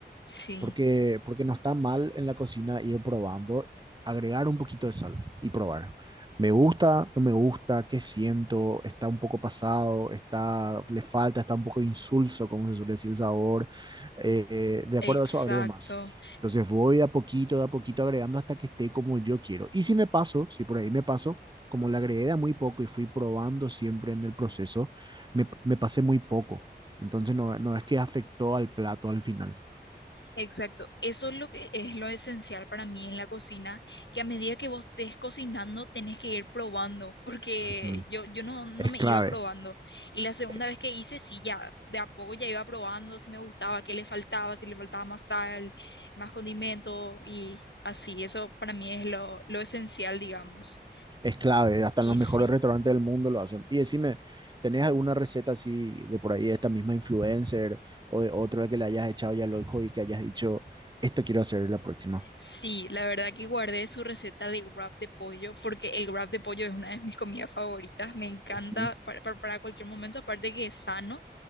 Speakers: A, on the left; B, on the right.
A: sí,
B: porque, porque no está mal en la cocina ir probando, agregar un poquito de sal y probar. Me gusta, no me gusta, qué siento, está un poco pasado, está, le falta, está un poco insulso, como se suele decir el sabor. Eh, de acuerdo
A: exacto.
B: a eso, agrego más. Entonces voy de a poquito, de a poquito agregando hasta que esté como yo quiero. Y si me paso, si por ahí me paso, como le agregué de a muy poco y fui probando siempre en el proceso, me, me pasé muy poco. Entonces no, no es que afectó al plato al final.
A: Exacto, eso es lo que es lo esencial para mí en la cocina, que a medida que vos estés cocinando tenés que ir probando, porque
B: Ujú.
A: yo, yo no, no
B: Es
A: me
B: clave,
A: iba probando. Y la segunda
B: eh,
A: vez que hice, sí, ya de a poco ya iba probando si me gustaba, qué le faltaba, si le faltaba más sal, más condimento y así, eso para mí es lo, lo esencial, digamos.
B: es clave. Hasta
A: Y
B: en los mejores
A: sí.
B: restaurantes del mundo lo hacen. Y decime, ¿tenés alguna receta así de por ahí de esta misma influencer o de otro que le hayas echado ya el ojo y que hayas dicho, esto quiero hacer la próxima?
A: Sí, la verdad que guardé su receta de wrap de pollo porque el wrap de pollo es una de mis comidas favoritas, me encanta
B: Ujú,
A: para, para- para cualquier momento, aparte que es sano.